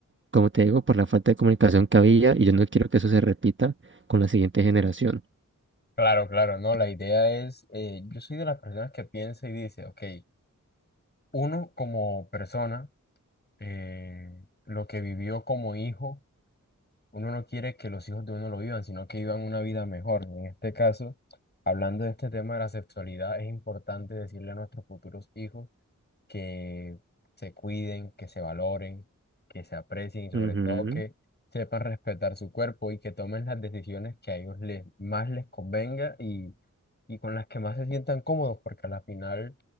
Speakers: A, on the right; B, on the left.
A: como te digo, por la falta de comunicación que había y yo no quiero que eso se repita con la siguiente generación.
B: Claro, claro, no, la idea es, eh, yo soy de las personas que piensa y dice, ok, uno como persona, eh, lo que vivió como hijo, uno no quiere que los hijos de uno lo vivan, sino que vivan una vida mejor. En este caso, hablando de este tema de la sexualidad, es importante decirle a nuestros futuros hijos que se cuiden, que se valoren, que se aprecien y sobre
A: Ujú,
B: todo que sepan respetar su cuerpo y que tomen las decisiones que a ellos les, más les convenga y, y con las que más se sientan cómodos, porque a la final